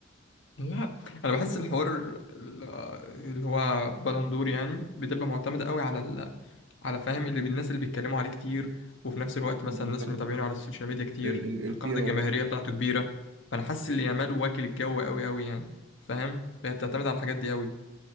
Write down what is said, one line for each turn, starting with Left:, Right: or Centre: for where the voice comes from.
Left: لا انا بحس الحوار ال- اللي هو بالندور يعني بتبقى معتمده قوي على ال... على فاهم اللي الناس اللي بيتكلموا عليه كتير وفي نفس الوقت مثلا
Right: بالظبط
Left: الناس اللي متابعينه على السوشيال ميديا كتير
Right: ال ال البي
Left: القاعده الجماهيريه
Right: ار
Left: بتاعته كبيره فانا حاسس ان يامال واكل الجو قوي قوي يعني فاهم فهي بتعتمد على الحاجات دي قوي